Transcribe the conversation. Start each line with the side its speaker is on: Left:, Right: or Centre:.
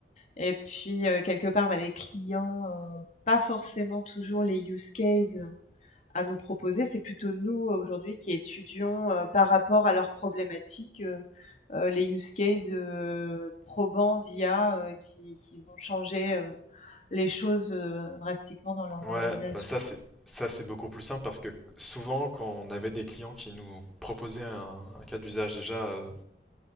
Left: et puis, heu, quelque part, ben les clients ont pas forcément toujours les use cases à nous proposer. C'est plutôt nous euh, aujourd'hui qui étudions euh, par rapport à leurs problématiques euh, euh, les use cases euh, probants d'IA euh, qui, qui vont changer euh, les choses euh, drastiquement dans leurs
Centre: Ouais,
Left: organisations,
Centre: bah ça
Left: quoi.
Centre: c'est ça, c'est beaucoup plus simple parce que souvent, quand on avait des clients qui nous proposaient un, un cas d'usage déjà, euh,